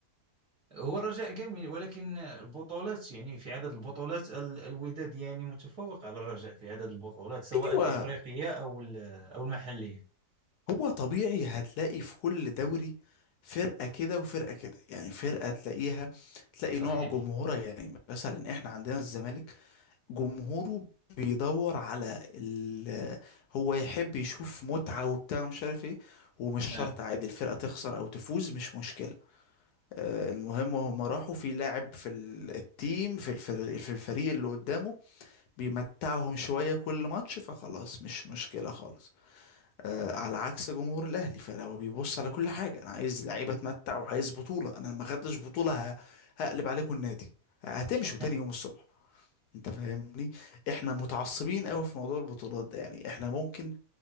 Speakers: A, on the right; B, on the left.
A: هو الرجاء جميل ولكن البطولات يعني في عدد البطولات ال- الوداد يعني متفوق على الرجاء في عدد البطولات سواء
B: ايوه
A: الإفريقية أو ال- أو المحلية
B: هو طبيعي هتلاقي في كل دوري فرقة كده وفرقة كده يعني فرقة تلاقيها تلاقي
A: صحيح
B: نوع جمهورها يعني مثلا احنا عندنا الزمالك جمهوره بيدور على ال... هو يحب يشوف متعة وبتاع ومش عارف ايه ومش
A: آه.
B: شرط عادي الفرقة تخسر او تفوز مش مشكلة آه، المهم وهم راحوا في لاعب في ال- التيم في الفريق في الفريق اللي قدامه بيمتعهم شوية كل ماتش فخلاص مش مشكلة خالص آه، على عكس جمهور الأهلي فلو بيبص على كل حاجة أنا عايز لعيبة أتمتع وعايز بطولة أنا ما خدتش بطولة ه- هقلب عليكم النادي هتمشوا
A: <laughs>
B: تاني يوم الصبح انت فاهمني احنا متعصبين قوي في موضوع البطولات ده يعني احنا ممكن